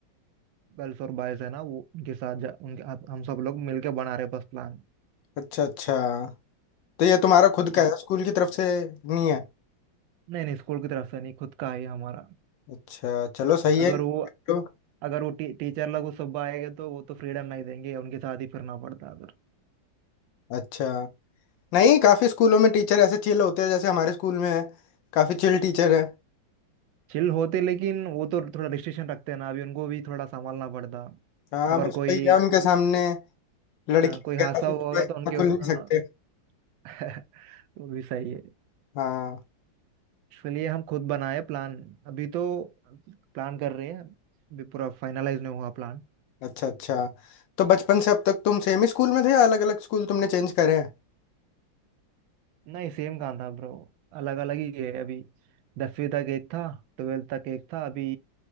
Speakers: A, on the right; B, on the left.
A: गर्ल्स और बॉयज है ना वो उनके साथ जा, उनके आप- हम सब लोग मिलके बना रहे हैं बस प्लान
B: अच्छा अच्छा तो ये तुम्हारा खुद
A: इब-
B: का है स्कूल की तरफ से नहीं है
A: नहीं नहीं स्कूल की तरफ से नहीं खुद का है हमारा
B: अच्छा चलो सही है
A: अगर वो
B: तो
A: अगर वो टी, टीचर लोग वो सब आएंगे तो वो तो फ्रीडम नहीं देंगे उनके साथ ही फिरना पड़ता है
B: अच्छा नहीं काफ़ी स्कूलों में टीचर ऐसे चिल होते हैं जैसे हमारे स्कूल में है काफ़ी चिल टीचर है
A: चिल होते लेकिन वो तो थोड़ा रिस्ट्रिक्शन रखते हैं ना अभी उनको भी थोड़ा संभालना पड़ता
B: हाँ
A: अगर
B: बस
A: कोई
B: वही है
A: अ,
B: उनके सामने लड़की
A: कोई हादसा
B: के हाथ में
A: हुआ होगा
B: तो
A: तो उनके
B: खुल
A: अ,
B: नहीं सकते
A: <laughs> वो भी सही है
B: हाँ
A: इसलिए हम खुद बनाए प्लान अभी तो प्लान कर रहे हैं अभी पूरा फाइनलाइज नहीं हुआ प्लान
B: अच्छा अच्छा तो बचपन से अब तक तुम सेम ही स्कूल में थे या अलग अलग स्कूल तुमने चेंज करे हैं
A: नहीं सेम कहाँ था ब्रो अलग अलग ही है अभी दसवीं तक एक था ट्वेल्थ तक एक था अभी